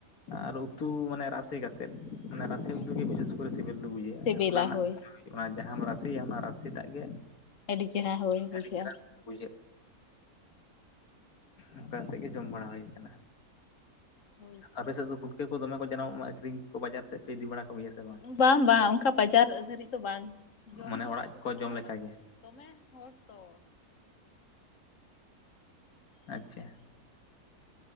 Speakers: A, on the left (about 70°); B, on the left (about 60°).
A: ᱟᱨ ᱩᱛᱩ ᱢᱟᱱᱮ ᱨᱟᱥ ᱠᱟ ᱛᱮᱫ ᱚᱱᱟ ᱨᱟᱥᱮ
B: ᱦᱩᱸ
A: ᱩᱛᱩ ᱨᱮ ᱵᱤᱥᱮᱥ ᱠᱚᱨᱮ ᱥᱤᱵᱤᱞ ᱫᱚ ᱵᱩᱡᱷᱟᱹᱜᱼᱟ
B: ᱥᱤᱵᱤᱞᱟ
A: ᱚᱱᱟ ᱨᱮᱱᱟᱜ
B: ᱦᱳᱭ
A: ᱚᱱᱟ ᱡᱟᱦᱟᱸᱢ ᱨᱟᱥᱮᱭᱟ ᱚᱱᱟ ᱨᱟᱥᱮ ᱴᱟᱜ ᱜᱮ
B: ᱟᱹᱰᱤ ᱪᱮᱦᱨᱟ ᱦᱳᱭ ᱵᱩᱡᱷᱟᱹᱜᱼᱟ᱾
A: ᱟᱹᱰᱤ ᱪᱮᱦᱨᱟ ᱵᱩᱡᱷᱟᱹᱜᱼᱟ ᱚᱱᱠᱟ ᱠᱟᱛᱮ ᱜᱮ ᱡᱚᱢ ᱵᱟᱲᱟ ᱦᱩᱭᱩᱜ ᱠᱟᱱᱟ,
B: ᱦᱳᱭᱛᱚ
A: ᱟᱯᱮ ᱥᱮᱫ ᱫᱚ ᱯᱩᱴ ᱠᱟᱹ ᱠᱚ ᱫᱚᱢᱮ ᱠᱚ ᱡᱟᱱᱟᱢᱚᱜᱼᱟ, ᱟᱹᱠᱷᱨᱤᱧ ᱠᱚ ᱵᱟᱡᱟᱨ ᱥᱮᱫ ᱯᱮ ᱤᱫᱤ ᱵᱟᱲᱟ ᱠᱚᱜᱮᱭᱟ ᱥᱮ
B: ᱵᱟᱝ ᱵᱟᱝ ᱚᱝᱠᱟ ᱵᱟᱡᱟᱨ ᱫᱷᱟᱹᱨᱤᱡ ᱫᱚ ᱵᱟᱝ ᱡᱚᱢ
A: ᱢᱟᱱᱮ
B: ᱜᱮ
A: ᱚᱲᱟᱜ
B: ᱵᱷᱟᱜᱤ
A: ᱠᱚ
B: ᱞᱮᱠᱟ
A: ᱡᱚᱢ
B: ᱢᱟᱱᱮ ᱵᱟᱝ
A: ᱜᱮ
B: ᱫᱚᱢᱮ ᱦᱚᱲ ᱛᱚ᱾
A: ᱟᱪᱪᱷᱟ